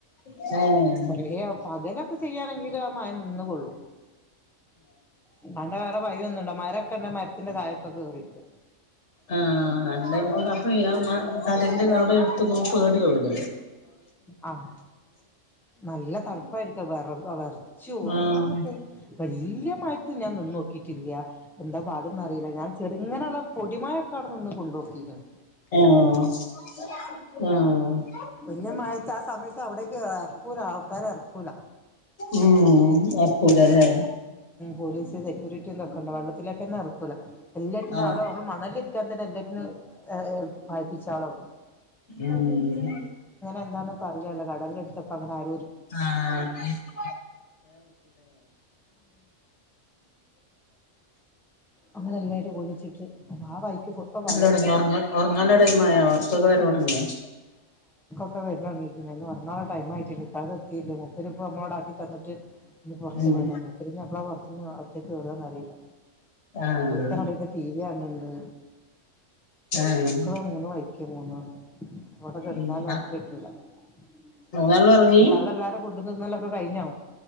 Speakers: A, on the left (about 65°); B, in the centre.
A: ആഹ്
B: പറയാ പകലൊക്കെ ചെയ്യാണെങ്കി ഗ്രമായ നിന്ന കൊള്ളും പണ്ട വേറെ പയൊന്നുംണ്ടോ മരൊക്കെണ്ട മരത്തിന്റെ തായൊക്കെ കേറിയിട്ട്
A: ആഹ എ്റെ അപ്പൊ കടിന്റെ അവിടെ എടുത്തക്കോ <unintelligible> പേടിയല്ല
B: ആഹ നല്ല തണുപ്പായിരിക്ക വറ വിറച്ചു
A: ആഹ്
B: അങ്ങനെ വ യിട്ട് ഞാൻ നിന്ന നോക്കിയിട്ടില്ല എന്താ പാടന്ന അറിയില്ല ഞാൻ ചെറുങ്ങനെയുള്ള പൊടിമയൊക്കെ അവിന്ന് കൊണ്ടുപകും <unintelligible>
A: ആഹ ആഹ <unintelligible>
B: ട്ട് ആ സമയത്ത് അവിടക്ക് ഇറക്കൂല ആൾക്കാര ഇറക്കൂല
A: ഉം നടക്കൂലല്ലേ
B: പോലീസ് സെയൂരിറ്റി ണ്ട വെള്ളത്തിലേക്ക തന്നെ ഇറക്കൂല എല്ലാറ്റന്ന്ും
A: ആഹ്
B: അവിടെ നമ്മള് മണലിരിക്കാൻ തന്നെ എല്ലാറ്റിനും ർ പായിപ്പിച്ച ആളണ്
A: ഉം
B: എന്താന്ന പറ കടലടുപ്പ അനെ
A: ആേട്ടർക്കൊക്കെ
B: അങ്ങനെ എല്ലാരും ഓടിച്ചിട്ട് ആ വഴിക്ക് ഇപ്പൊ വെള്ളത്തി
A: വരടങ്ങി ഉങ്ങ ഉറങ്ങാന ഇടങ്ങമായ അവർക്കൊക്കെ വര തുടങ്ങിയോ <unintelligible>
B: ഒക്കെ വരുന്നന്ന് ഒറാെ ടൈം ആയിട്ടില്ല ഇത്തത് എത്തിയില്ലേ മുത്തരിപ്പ നമ്മോടാക്കി തന്നിട്ട് ഇന്ന് പുറത്ത
A: ഉം
B: പോയിട്ടാ നക്കരിഞ്ഞ അപ്പളാ പുറത്തുനിന്ന് അത്തേക്ക് കയറന്ന് അറിയില്ല
A: ആഹ്
B: ഒരുത്ത കുന്ന ടി വി കൺഡ്
A: ആഹ്
B: അക്കള മൂന്ന് വായിക്ക <unintelligible> ഇവിടെ കിടന്നാലും
A: ഉം ന
B: <unintelligible>
A: നല്ലോം ഒർങ്ങി
B: <unintelligible> ക്കെ കഴിഞ്ഞോ